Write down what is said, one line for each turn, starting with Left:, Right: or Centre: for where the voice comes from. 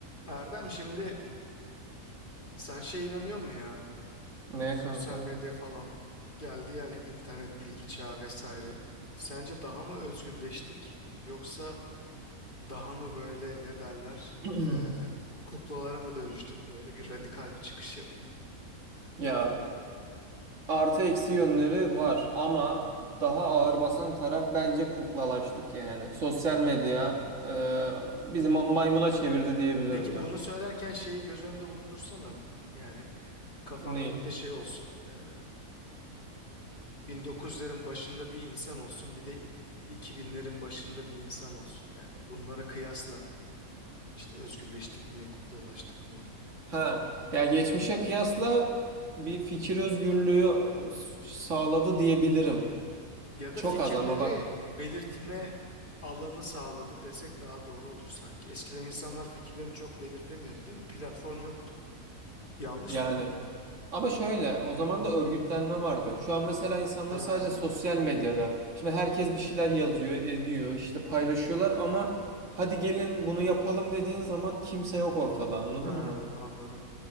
Left: Erdem şimdi sen şeye inanıyor musun ya?
Right: Ne
Left: Sosyal
Right: kanka?
Left: medya falan geldi yani internet bilgi çağı vesaire. Sence daha mı özgürleştik yoksa daha mı böyle ne derler
Right: <clears throat>
Left: eee, kuklalara mı dönüştük böyle bir radikal bir çıkış yapayım.
Right: Ya artı eksi yönleri var ama daha ağır basan taraf bence kuklalaştık yani. Sosyal medya
Left: Hmm.
Right: e, bizi ma- maymuna çevirdi diyebilirim
Left: Peki
Right: ben.
Left: bunu söylerken şeyi göz önünde bulundursana. Yani kafanda
Right: Ne?
Left: da bir de şey olsun. eee, 1900'lerin başında bir insan olsun bir de 2000'lerin başında bir insan olsun yani bunları kıyasla. İşte özgürleştik mi, kuklalaştık mı?
Right: Ha. Ya geçmişe kıyasla bir fikir özgürlüğü sağladı diyebilirim.
Left: Ya da
Right: Çok
Left: fikirleri
Right: az ama bak
Left: belirtme alanı sağladı desek daha doğru olur sanki. Eskiden insanlar fikirlerini çok belirtemiyordu, değil mi? Platform yoktu. Yanlış
Right: yani
Left: mı?
Right: Ama şöyle o zaman da örgütlenme vardı. Şu an mesela insanlar
Left: Ha,
Right: sadece sosyal medyada. Şimdi herkes bir şeyler yazıyor, ediyor, işte paylaşıyorlar ama hadi gelin bunu yapalım dediğin zaman kimse yok ortada anladın
Left: ha,
Right: mı?
Left: anladım,